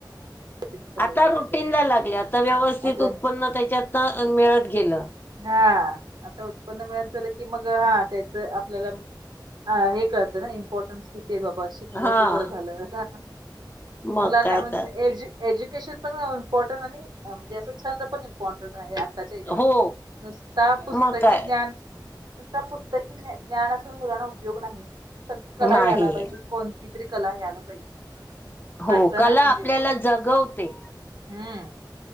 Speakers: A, on the right; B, on the left.
A: सगळं
B: आता
A: व्यवस्थित
B: रुटीनला
A: आहे
B: लागले. आता व्यवस्थित
A: आता
B: उत्पन्न त्याच्यात- अ मिळत गेलं.
A: हा आता उत्पन्न मिळायचं झालं की, मग हा त्याच आपल्याला ह हे कळत ना इंपॉर्टन्स किती आहेे बाबा अस. शिकलो
B: हा
A: ते बरं झालं,
B: मग
A: मुलांना
B: काय
A: म्हणजे
B: तर
A: एज एज्युकेशन पण इंपॉर्टन्ट आणि म्हणजे अस छंद पण इंपॉर्टन्ट आहे यात आताच्या हेच्यामध्ये,
B: हो
A: नुसता पुस्तकी
B: मग काय
A: ज्ञान नुसता पुस्तकी ज्ञान असून मुलांना उपयोग नाही, सग कला
B: नाही
A: यायला पाहिजे. कोणती तरी कला यायला पाहिजे.
B: हो
A: माणसाना
B: कला
A: म्हणजे
B: आपल्याला जगवते.
A: हम्म.